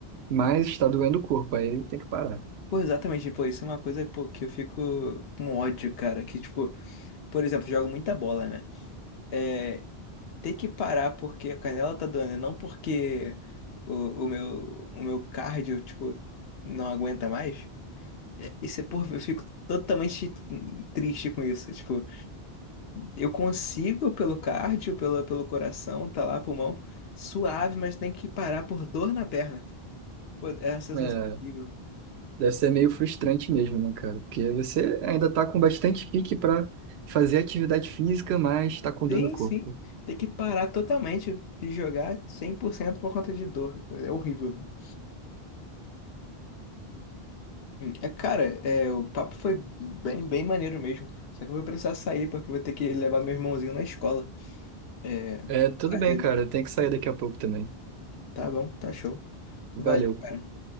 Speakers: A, on the right; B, on the left.
A: mas está doendo o corpo, aí tem que parar.
B: Pô, exatamente, pô, isso é uma coisa, pô, que eu fico com ódio, cara. Que, tipo, por exemplo, jogo muita bola, né? É, ter que parar porque a canela tá doendo, não porque o, o meu, o meu cardio, tipo, não aguenta mais. É, Isso é, porra, eu fico totalmente triste com isso. Tipo, Eu consigo pelo cardio, pelo, pelo coração, tá lá, pulmão, suave, mas tem que parar por dor na perna. Pô, é uma sensação
A: É,
B: horrível.
A: deve ser meio frustrante mesmo, né, cara? Porque você ainda tá com bastante pique para fazer atividade física, mas tá com dor
B: Sim,
A: no corpo.
B: sim. Tem que parar totalmente de jogar 100% por cento por conta de dor. É horrível. <clears throat> É, cara, é, o papo foi bem, bem maneiro mesmo. Só que eu vou precisar sair porque eu vou ter que levar meu irmãozinho na escola. É,
A: É, tudo
B: prazer.
A: bem, cara. Eu tenho que sair daqui a pouco também.
B: Tá bom, tá show. Valeu,
A: Valeu.
B: cara.